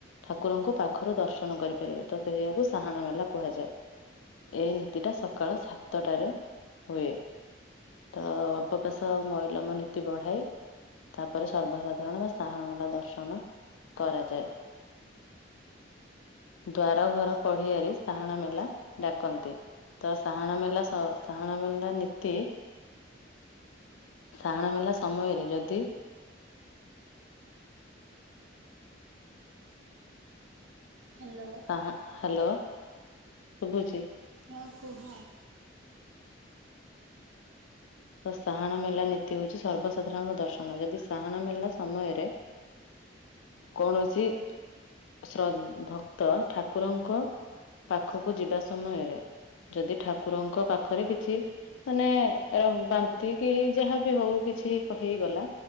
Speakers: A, on the left; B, on the right.
A: ଠାକୁରଙ୍କୁ ପାଖରୁ ଦର୍ଶନ କରିପାରିବେ। ତ ସେଇଆକୁ ଣ ମେଲା କୁହାଯାଏ। ଏଇ ନୀତି ଟା ସକାଳ ସାତଟାରେ ହୁଏ। ତ ଅବକାଶ ଆଉ ମଇଲମ ନୀତି ବଢ଼ାଏ। ତାପରେ, ସର୍ବସାଧାରଣ ବା ସାହାଣ ମେଳା ଦର୍ଶନ କରାଯାଏ। ଦ୍ଵାର ଘର ପଢିଆରେ ସାହାଣ ମେଲା ଡାକନ୍ତି। ତ ସାହାଣ ମେଲା ସହ ସାହାଣ ମେଲା ନୀତି। ସାହାଣ ମେଲା ସମୟରେ ଯଦି
B: ହ୍ୟାଲୋ।
A: ଆହା ହ୍ୟାଲୋ ଶଭୁଚି।
B: ହଁ କୁହ?
A: ତ ସାହାଣ ମେଲା ନୀତି ହଉଛି ସର୍ବସାଧାରଣଙ୍କ ଦର୍ଶନ ଯଦି ସାହାଣ ମେଲା ସମୟରେ କୌଣସି ଶ୍ରଦ୍ ଭକ୍ତ ଠାକୁରଙ୍କ ପାଖକୁ ଯିବା ସମୟରେ ଯଦି ଠାକୁରଙ୍କ ପାଖରେ କିଛି ମାନେ ରହୁ ବାନ୍ତି କି ଯାହା ବି ହଉ କିଛି କହିଇକା